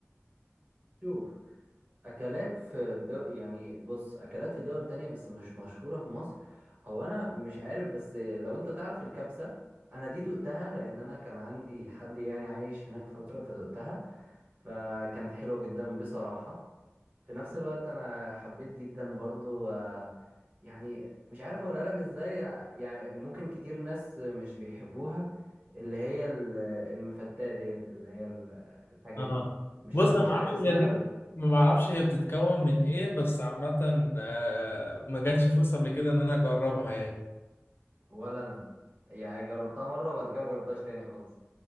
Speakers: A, on the right (about 35°); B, on the left (about 50°).
A: شوف اكلات في دو... يعني بص اكلات في دول تانية بس مش مشهوره في مصر هو انا مش عارف بس لو انت تعرف الكبسه انا دي دقتها لان انا كان عندي حد يعني عايش هناك فتره فدقتها فكانت حلوة جدا بصراحة في نفس الوقت أنا حبيت جدا برضو آه، يعني مش عارف أقولها لك إزاي يعني ممكن كتير ناس مش بيحبوها اللي هي ال- المفتاة ديت اللي هي ال- الحاجة
B: اه
A: دي مش
B: بص
A: ع- مش
B: انا ما
A: عارف
B: اعرفش
A: اسمها
B: هي دي
A: قوي
B: ما بعرفش هي بتتكون من إيه بس عامة آه، ما جاتش فرصة قبل كده إن أنا أجربها يعني
A: ولا أنا يعني جربتها مرة وبعد كده ما جربتهاش تاني خالص